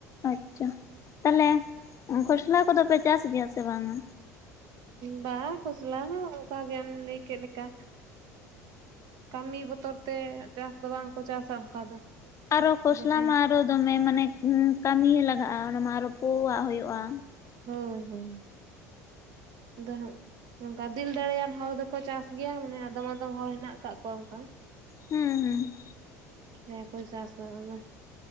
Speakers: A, on the left; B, on the right.
A: ᱟᱪᱪᱷᱟ᱾ ᱛᱟᱦᱚᱞᱮ ᱠᱷᱚᱥᱞᱟ ᱠᱚᱫᱚ ᱯᱮ ᱪᱟᱥ ᱜᱮᱭᱟ ᱥᱮ ᱵᱟᱝᱟ?
B: ᱵᱟ ᱠᱷᱚᱥᱞᱟ ᱦᱚᱸ ᱚᱱᱠᱟ ᱜᱮᱢ ᱞᱟᱹᱭ ᱠᱮᱫ ᱞᱮᱠᱟ ᱠᱟᱹᱢᱤ ᱵᱚᱛᱚᱨ ᱛᱮ ᱪᱟᱥ ᱫᱚ ᱵᱟᱝᱠᱚ ᱪᱟᱥᱟ ᱚᱱᱠᱟ ᱫᱚ
A: ᱟᱨᱚ ᱠᱷᱚᱥᱞᱟ
B: ᱡᱟᱦᱟᱸᱭ
A: ᱢᱟ ᱟᱨᱚ ᱫᱚᱢᱮ ᱢᱟᱱᱮ ᱠᱟᱹᱢᱤ ᱞᱟᱜᱟᱜᱼᱟ ᱚᱱᱟ ᱢᱟ ᱟᱨ ᱨᱚ ᱯᱳᱣᱟᱜ ᱦᱩᱭᱩᱜᱼᱟ
B: ᱦᱳᱭ ᱦᱳᱭ ᱫᱚ ᱦᱟᱜ ᱚᱝᱠᱟ ᱫᱤᱞ ᱫᱟᱲᱮᱭᱟᱱ ᱦᱚᱲ ᱫᱚᱠᱚ ᱪᱟᱥ ᱜᱮᱭᱟ ᱢᱟᱱᱮ ᱟᱫᱚᱢ ᱟᱫᱚᱢ ᱦᱚᱲ ᱦᱮᱱᱟᱜ ᱟᱠᱟᱜ ᱠᱚᱣᱟ ᱚᱱᱠᱟ
A: ᱦᱩᱸ ᱦᱩᱸ
B: ᱡᱟᱦᱟᱭ ᱠᱚ ᱪᱟᱥᱟ ᱟᱫᱚ